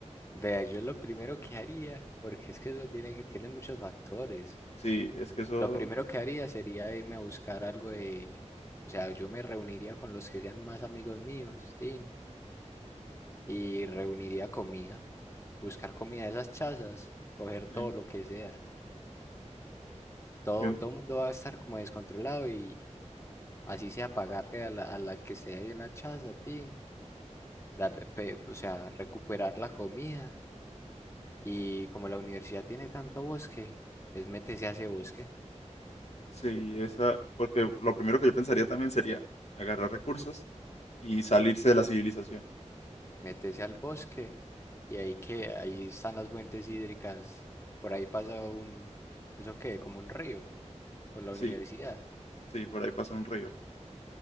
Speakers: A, on the left (about 20°); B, on the left (about 60°).
A: Vea, yo lo primero que haría, porque es que eso tiene, que- tiene muchos factores.
B: Sí, es que eso,
A: Lo primero que haría sería irme a buscar algo de, o sea, yo me reuniría con los que sean más amigos míos, ¿sí? y reuniría comida, buscar comida de esas chazas, coger todo
B: sí,
A: lo que sea. Todo,
B: yo-
A: todo el mundo va a estar como descontrolado y así sea pagarle a la, a la que sea ahí en la chaza, tin, darle, pe- o sea, recuperar la comida. Y como la universidad tiene tanto bosque, es métese a ese bosque,
B: sí, esa, porque lo primero que yo pensaría también sería agarrar recursos y salirse de la civilización.
A: métese al bosque y ahí que ahí están las fuentes hídricas, por ahí pasa un, ¿eso qué? Como un río por la
B: Sí,
A: universidad.
B: sí, por ahí pasa un río.